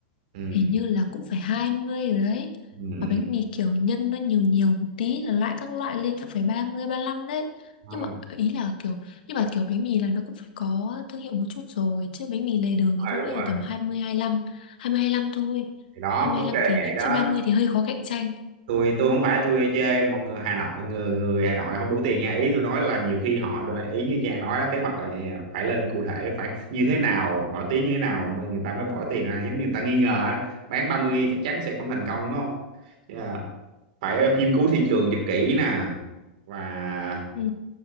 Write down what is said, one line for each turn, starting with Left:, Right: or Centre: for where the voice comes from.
Right: ừ.
Left: hình như là cũng phải 20 rồi đấy
Right: Ừ. ừ.
Left: và bánh mì kiểu nhân nó nhiều nhiều một tí là lại các loại lên cũng phải 30 lăm đấy
Right: không
Left: nhưng
Right: đúng
Left: mà ý là kiểu nhưng mà kiểu bánh mì là nó cũng phải có thương hiệu một chút rồi chứ bánh mì lề đường
Right: rồi
Left: thì tôi
Right: đúng
Left: nghĩ
Right: rồi
Left: là tầm 20 25 20 lăm thôi
Right: thì đó
Left: 20
Right: vấn
Left: lăm
Right: đề là
Left: thì
Right: vậy đó
Left: chứ 30 thì hơi khó cạnh tranh
Right: tôi tôi không phải tôi chơi mọi người Hà Nội người người Hà Nội không đủ tiền nha ý tôi nói là nhiều khi họ ý như Trang nói đó, kế hoạch là phải lên cụ thể phải như thế nào nổi tiếng như thế nào mà người ta mới bỏ tiền ra giống như người ta nghi ngờ á, bán 30 chắc chắn sẽ không thành công đúng không yeah. phải nghiên cứu thị trường cho kỹ nè và
Left: ừ.